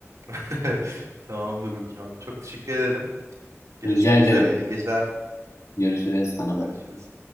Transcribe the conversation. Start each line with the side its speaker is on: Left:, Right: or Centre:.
Right: <laughs> Tamamdır bakayım abi. Çok teşekkür ederim. Görüşmek
Left: Rica ederim.
Right: üzere. İyi geceler.
Left: Görüşürüz sana
Right: Görüşürüz.
Left: da.